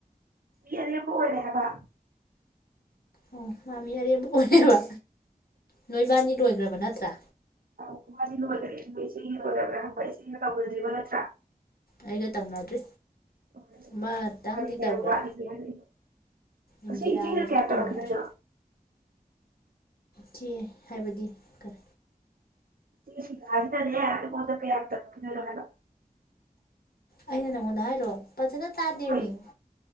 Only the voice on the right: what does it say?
ꯃꯤ ꯑꯔꯦꯝ ꯊꯣꯛꯑꯅꯤ ꯍꯥꯏꯕ
ꯑꯧ ꯈꯣꯏꯕꯅꯤ ꯂꯣꯏꯒꯔꯦ ꯑꯗꯨꯒ ꯏꯆꯦꯒꯤ ꯂꯣꯏꯔꯕꯔꯥ ꯍꯪꯕ ꯏꯆꯦꯒꯤ ꯇꯧꯅꯗꯔ꯭ꯤꯕ ꯅꯠꯇꯔꯥ
<unintelligible>
ꯀꯌꯥꯝ
ꯋꯥꯠꯂꯤꯒꯦ ꯍꯪꯉꯛꯏꯕꯥ
ꯑꯁꯤ ꯏꯆꯦꯅ ꯀꯌꯥ ꯇꯧꯔꯛꯈꯤꯗꯣꯏꯅꯣ
ꯏꯆꯦ ꯁꯤꯂꯥ ꯒꯤꯗꯅꯦ ꯑꯩꯉꯣꯟꯗꯥ ꯀꯌꯥꯝ꫰ꯇꯧꯔꯛꯈꯤꯗꯣꯏꯅꯣ ꯍꯥꯏꯕ
ꯍꯣꯏ